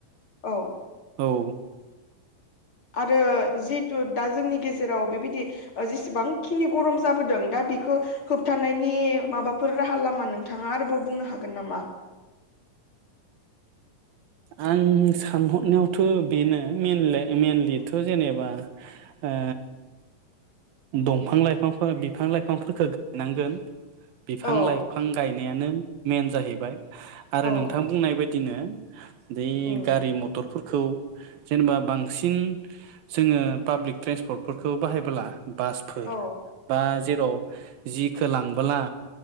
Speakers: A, on the left; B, on the right.
A: औ
B: औ
A: आरो जितु दा जोंनि गेजे जेराव बेबायदि जेसेबांखिनि गरम जाबोदों दा बिखो होबथानायनि माबाफोर राहा लामा नोंथांङा आरोबाव बुंनो हागोन नामा
B: आं सानहरनायावथ बेनो मेनले मेनलित थ जेनेबा ओ दंफां लाइफांफोर बिफां लाइफांफोरखो गायनांगोन। बिफां
A: औ
B: लाइफां गायनाया नो मेन जाहैबाय आरो
A: औ
B: नोंथां बुंनाय बाय दिनो दै
A: उम
B: गारि मथर फोरखौ जेनेबा बांसिन जोंङो पाब्लिक ट्रेन्सपर्टफोरखौ बाहायबोला बासफोर
A: औ
B: बा जे <unintelligible> जिखौ लांबोला